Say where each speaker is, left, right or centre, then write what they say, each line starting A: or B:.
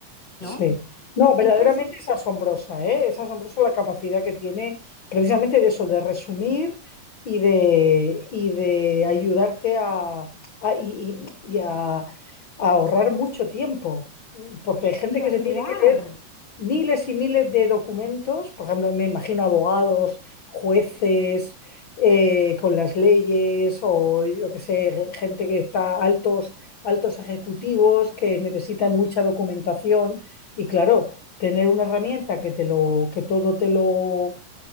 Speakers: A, on the left (about 15°); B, on the left (about 55°).
A: ¿no?
B: sí. No, verdaderamente
A: Entonces,
B: es asombrosa, ¿eh? Es asombrosa la capacidad que tiene precisamente de eso, de resumir y de, y de ayudarte a, a- y y- y a a ahorrar mucho tiempo, porque hay gente
A: y
B: que
A: a
B: se
A: crear,
B: tiene que leer miles y miles de documentos, por ejemplo, me imagino abogados, jueces, eh, con las leyes o yo que sé, gente que está altos, altos ejecutivos que necesitan mucha documentación y claro, tener una herramienta que te lo, que todo te lo,